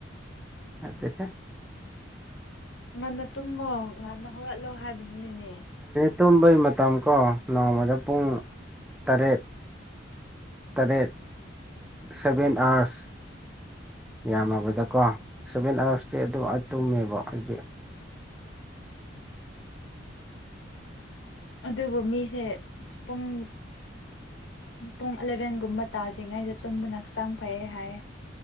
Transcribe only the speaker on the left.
ꯉꯟꯅ ꯇꯨꯝꯃꯣ ꯉꯟꯅ ꯍꯧꯒꯠꯂꯣ ꯍꯥꯏꯕꯗꯨꯅꯤꯅꯦ
ꯑꯗꯨꯕꯨ ꯃꯤꯁꯦ ꯄꯨꯡ ꯄꯨꯡ ꯑꯦꯂꯚꯦꯟꯒꯨꯝꯕ ꯇꯥꯗ꯭ꯔꯤꯉꯩꯗ ꯇꯨꯝꯕꯅ ꯍꯛꯆꯥꯡ ꯐꯩꯌꯦ ꯍꯥꯏ